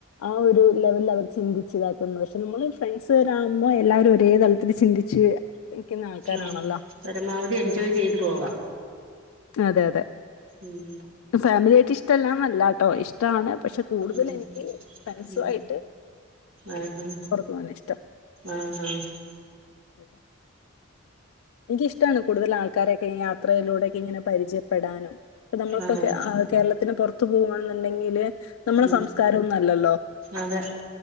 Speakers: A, on the left (about 80°); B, on the right (about 80°).
A: ആ ഒരു ലെവലിൽ അവര് ചിന്തിച്ച ഇതാക്കുന്നത് പക്ഷെ നമ്മള് ഫ്രണ്ട്സുകാരാവുമ്പോ എല്ലാവരും ഒരേ തലത്തില് ചിന്തിച്ച് നിൽക്കുന്ന ആൾക്കാരാണല്ലോ
B: ആ പരമാവധി എൻജോയ് ചെയ്ത് പോകാം
A: അതെ അതെ
B: ഉം
A: ഫാമിലി ആയ്റ്റ് ഇഷ്ടല്ലാന്നല്ലാട്ടോ ഇഷ്ടാണ് പക്ഷെ കൂടുതൽ
B: ഉം
A: എനിക്ക് ഫ്രണ്ട്സു
B: ഉം
A: ആയിട്ട്
B: ആഹ്
A: പുറത്തു പോവാനാ ഇഷ്ടം
B: ആഹ് ആഹ്
A: അതെ എനിക്കിഷ്ടാണ് കൂടുതൽ ആൾക്കാരൊക്കെ യാത്രയിലൂടെയൊക്കെ ഇങ്ങനെ പരിചയപ്പെടാനും ഇപ്പ നമ്മളിപ്പ
B: ആഹ്
A: കേരളത്തിന് പൊർ ത്ത് പോണം എന്നുണ്ടെങ്കില് നമ്മുടെ
B: ഉം
A: സംസ്കാരം ഒന്നും അല്ലല്ലോ
B: അതെ